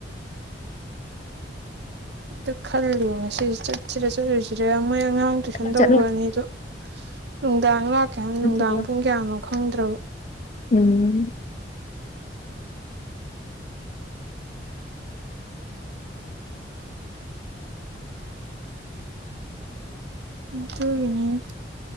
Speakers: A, on the right; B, on the left.
A: ꯑꯗꯨ ꯈꯜꯂꯤꯌꯣ ꯉꯁꯤꯁꯦ ꯆꯠꯁꯤꯔ ꯆꯠꯂꯣꯏꯁꯤꯔ ꯃꯣꯏ ꯑꯉꯥꯡ꯫ ꯇꯨꯏꯁꯟ
B: ꯆꯠꯂꯣ
A: ꯇꯧꯕ
B: ꯆꯠꯂꯣ
A: ꯑꯅꯤꯗꯣ ꯅꯨꯡꯗꯥꯡ ꯂꯥꯛꯀꯦ ꯍꯥꯏ
B: ꯀꯟꯁꯦꯠꯂꯣ
A: ꯅꯨꯡꯗꯥꯡ ꯄꯨꯡ ꯀꯌꯥꯅꯣ ꯈꯪꯗ꯭ꯔꯕ꯫
B: ꯎꯝ
A: ꯑꯗꯨꯒꯤꯅꯤꯅ‌ꯦ